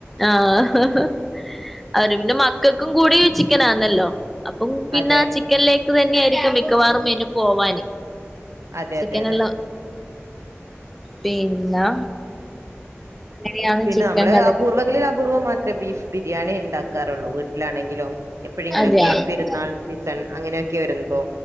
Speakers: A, in the centre; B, on the right.
A: ആഹ്, ഹ, ഹ, അവര് പിന്നെ മക്കക്കും കൂടി ചിക്കനാന്നല്ലോ. അപ്പം പിന്നാ
B: അതെ
A: ചിക്കനിലേക്ക് തന്നെ ആയിരിക്കും മിക്കവാറും മെനു പോവാന്
B: അതെ
A: ചിക്കൻ
B: അതെ അതെ
A: അല്ലാ പിന്നാ അങ്ങനെയാണ്
B: പിന്നെ നമ്മള്
A: കഥകളി
B: അപൂർവ്വങ്ങളിൽ അപൂർവ്വം മാത്രേ ബീഫ് ബിരിയാണി ഉണ്ടാക്കാറുള്ളൂ വീട്ടിലാണെങ്കിലും എപ്പെഴെങ്കിലും
A: അതെയാ
B: ഒക്കെ പെരുന്നാൾ സീസൺ അങ്ങനെയൊക്കെ വരുമ്പോ